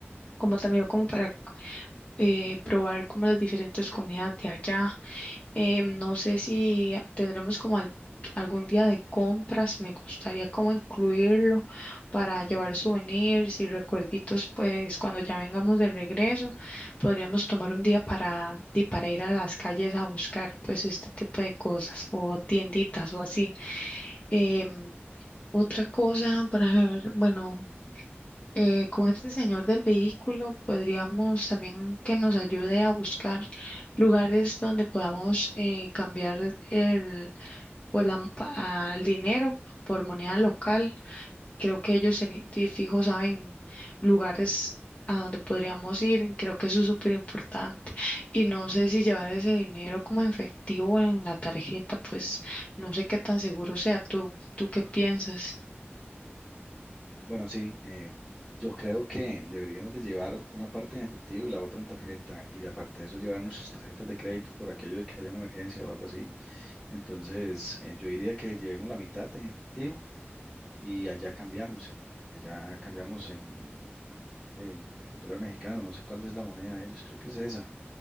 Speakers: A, on the left (about 30°); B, in the centre.
A: como también como para eh, probar como las diferentes comidas de allá. Eh, no sé si tendremos como al- algún día de compras, me gustaría como incluirlo para llevar souvenirs y recuerditos, pues cuando ya vengamos de regreso, podríamos tomar un día para, di- para ir a las calles a buscar pues este tipo de cosas o tienditas o así. Em, otra cosa para ver, bueno, eh, con este señor del vehículo podríamos también que nos ayude a buscar lugares donde podamos eh, cambiar el, o la- pa- el dinero por moneda local. Creo que ellos seri- de fijo saben lugares a donde podríamos ir. Creo que eso es súper importante. Y no sé si llevar ese dinero como en efectivo o en la tarjeta, pues no sé qué tan seguro sea. ¿Tú, tú qué piensas?
B: Bueno, sí, eh, yo creo que deberíamos de llevar una parte en efectivo y la otra en tarjeta. Y aparte de eso, llevar nuestras tarjetas de crédito por aquello de que haya una emergencia o algo así. Entonces, eh, yo diría que llevemos la mitad en efectivo y allá cambiamos, allá cambiamos en, en- en el dólar mexicano, no sé cuál es la moneda de ellos, creo que es esa.